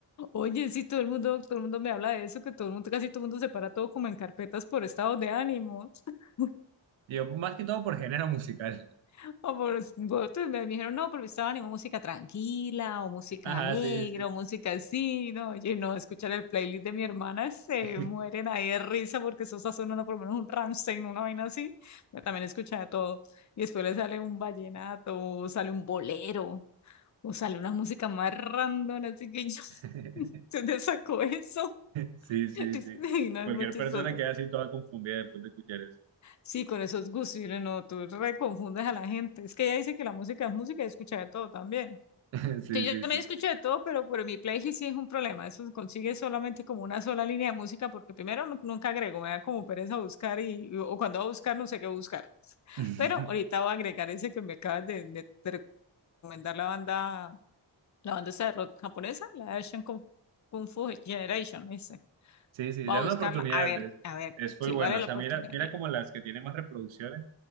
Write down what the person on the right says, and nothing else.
Yo más que todo por género musical. <laughs>
Ajá,
sí, sí,
sí.
<laughs>
Sí, sí,
sí.
Cualquier
persona queda así toda confundida después de escuchar eso.
<laughs> Sí,
sí,
sí.
<laughs>
Sí, sí,
dale
una oportunidad.
Es,
es full
bueno.
O
sea,
mira, mira
como las que tienen más reproducciones